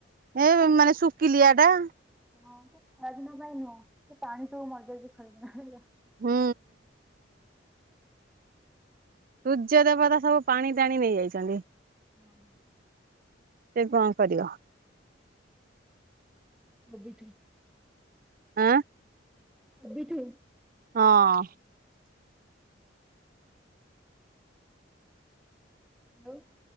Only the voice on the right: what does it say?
ଏ ମାନେ ଶୁଖିଲିଆ ଟା।
ହୁଁ। ସୂର୍ଯ୍ୟ ଦେବତା ସବୁ ପାଣି ଟାଣି ନେଇଯାଇଚନ୍ତି।
ସେ କଣ କରିବ।
ଆଁ।
ହଁ।